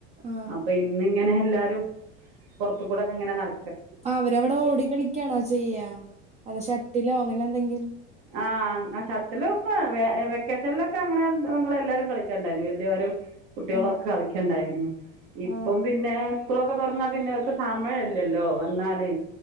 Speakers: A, on the right; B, on the right.
A: ആ
B: അപ്പ ഇന്ന് ഇങ്ങനെ എല്ലാരും പൊറത്തുകൂടക്ക ഇങ്ങനെ നട
A: അവരവിട ഓടി കളിക്കാണോ ചെയ്യാ അതാ ഷട്ടിലോ അങ്ങനെ എന്തെങ്കിൽ
B: ആഹ് അഹ് ഷട്ടിലും ഇപ്പ വെ ഏഹ് വെക്കേഷനിലൊക്ക അങ്ങന ഞങ്ങളെല്ലാരും കളിക്കണ്ടായിന് വല്യോ രും കുട്ടികളൊ
A: ആ
B: കളിക്കണ്ടായിന്നു ഇപ്പം
A: ആ
B: പിന്നെ സ്കൂളൊക്കെ തൊറന്നാ പിന്നെ ഓർക്ക് സമയല്ലല്ലോ വന്നാല്